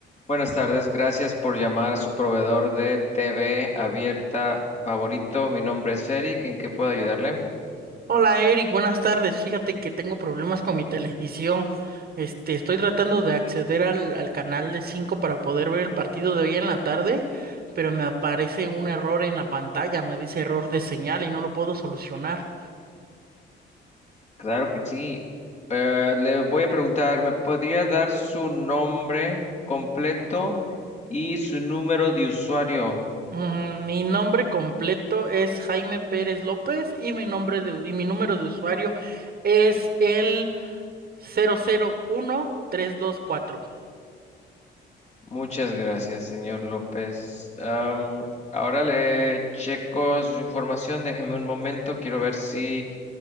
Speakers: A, on the left; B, on the right.
A: Buenas tardes, gracias por llamar a su proveedor de TV abierta favorito. Mi nombre es Eric, ¿en qué puedo ayudarle?
B: Hola Eric, buenas tardes. Fíjate que tengo problemas con mi televisión. Este, estoy tratando de acceder al, al canal de 5 para poder ver el partido de hoy en la tarde, pero me aparece un error en la pantalla, me dice error de señal y no lo puedo solucionar.
A: Claro que sí. Eh, le voy a preguntar, ¿me podría dar su nombre completo y su número de usuario?
B: Mm, mi nombre completo es Jaime Pérez López y mi nombre de- y mi número de usuario es el cero cero uno tres dos cuatro.
A: Muchas gracias, señor López. Am, ahora le checo su información, déjeme un momento, quiero ver si...